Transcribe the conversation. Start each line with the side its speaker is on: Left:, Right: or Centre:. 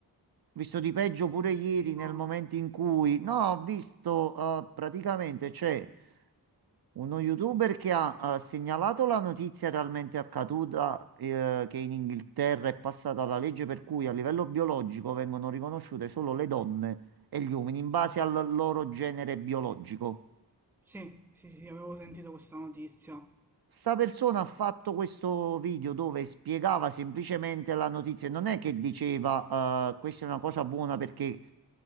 Right: Ho visto di peggio pure ieri
Centre: io-
Right: nel
Centre: no.
Right: momento in cui, no, ho visto eh, praticamente c'è uno youtuber che ha, eh, segnalato la notizia realmente accaduta, eh, che in Inghilterra è passata la legge per cui a livello biologico vengono riconosciute solo le donne e gli uomini in base al loro genere biologico.
Centre: Sì, sì, sì, avevo sentito questa notizia.
Right: Sta persona ha fatto questo video dove spiegava semplicemente la notizia, non è che diceva, eh, questa è una cosa buona perché